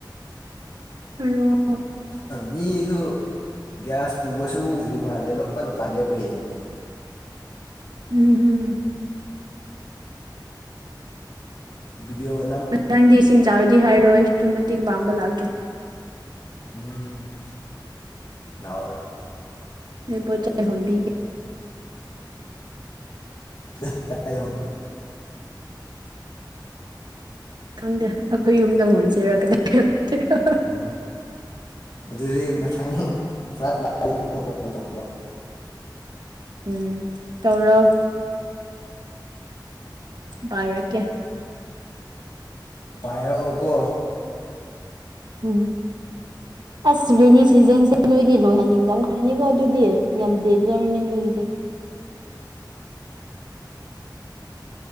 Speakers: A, on the right (about 65°); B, on the left (about 60°).
A: <unintelligible>
B: ꯃꯤꯍꯨ ꯒ꯭ꯌꯥꯁ ꯄꯨꯕꯁꯨ ꯎꯗ꯭ꯔꯤ ꯃꯥꯜꯂꯦ ꯂꯣꯏꯅ ꯄꯥꯟ ꯂꯦꯞꯄ ꯌꯦꯡꯉꯅꯦ
A: ꯎꯝ ꯎꯝ
B: ꯕꯤꯗꯤꯑꯣ꯫
A: ꯃꯥꯊꯪꯗꯤ ꯏꯁꯤꯡ ꯆꯥꯎꯔꯗꯤ ꯍꯥꯏꯔꯣ ꯑꯩꯁꯨ ꯃꯇꯦꯡ ꯄꯥꯡꯕ ꯂꯥꯛꯀꯦ꯫
B: ꯎꯝ ꯂꯑꯣ ꯂꯑꯣ꯫
A: ꯅꯣꯏ ꯄꯣ ꯆꯩ ꯍꯣꯟꯕꯤꯒꯦ꯫
B: <inaudible>
A: ꯈꯪꯗꯦ ꯑꯩꯈꯣꯏ ꯌꯨꯝꯗ ꯍꯣꯟꯁꯤꯔ ꯀꯗꯥꯏꯗ ꯍꯣꯟꯁꯤꯔ꯫
B: ꯑꯣ ꯑꯗꯨꯗꯤ ꯃꯊꯪ ꯐ꯭ꯂꯥꯏꯠ ꯂꯥꯛꯑꯗꯤ ꯅꯪ <inaudible>
A: ꯎꯝ ꯇꯧꯔꯣ꫰꫰ ꯕꯥꯔꯛꯀꯦ꯫
B: ꯄꯥꯏꯔꯛꯑꯣꯀꯣ
A: ꯎꯝ ꯑꯁ ꯔꯦꯅꯤ ꯁꯤꯖꯟꯁꯦ ꯅꯣꯏꯗꯤ ꯂꯣꯏꯍꯟꯅꯤꯡꯉꯝꯈ꯭ꯔꯅꯤꯀꯣ ꯑꯗꯨꯗꯤ ꯌꯥꯝ ꯗꯦꯟꯖꯔꯅꯤ ꯅꯣꯏꯒꯤꯗꯤ